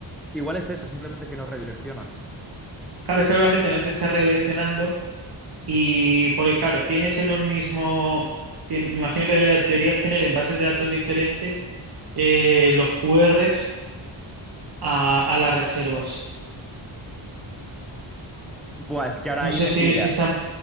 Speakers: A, in the centre; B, on the right.
A: Igual es eso, simplemente que no redirecciona.
B: Claro, es que obviamente no te está redireccionando y porque claro, tienes en un mismo, tien- me imagino que debería- deberías tener en bases de datos diferentes eh, los QRs a, a las reservas.
A: Buah, es que ahora
B: No
A: ahí
B: sé
A: me
B: si,
A: pillas.
B: si están,